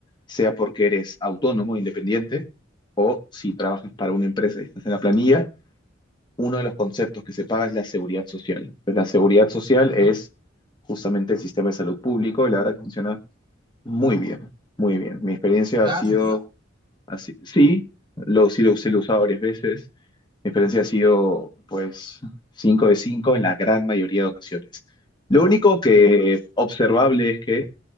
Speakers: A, on the left; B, on the right.
A: sea porque eres autónomo, independiente, o si trabajas para una empresa y estás en la planilla, uno de los conceptos que se paga es la seguridad social. Pues la seguridad social
B: Ujú.
A: es justamente el sistema de salud público y la verdad que funciona muy bien, muy bien. Mi experiencia
B: ¿Está
A: ha sido
B: atendido?
A: Así, sí, lo, sí, lo, sí lo he usado varias veces. Mi experiencia ha sido, pues, 5 de 5 en la gran mayoría de ocasiones. Lo único que observable es que